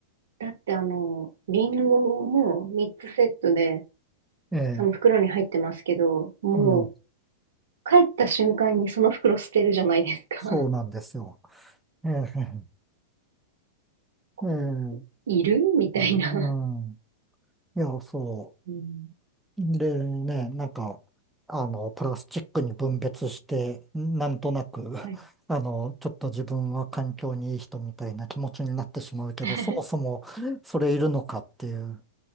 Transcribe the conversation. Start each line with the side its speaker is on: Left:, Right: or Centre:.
Right: だってあの、リンゴも3つセットで、
Centre: ええ、
Right: その袋に入ってますけど、もう、
Centre: うん。
Right: 帰った瞬間にその袋捨てるじゃないですか。
Centre: そうなんですよ。ええ、
Right: <laughs>
Centre: ええ、う
Right: いるみたいな。
Centre: ん。いや、そう。
Right: うん。
Centre: でね、なんか、あの、プラスチックに分別して、なんとなく、<laughs>
Right: はい。
Centre: あの、ちょっと自分は環境にいい人みたいな気持ちになってしまうけど、
Right: <laughs>
Centre: そもそもそれいるのかっていう。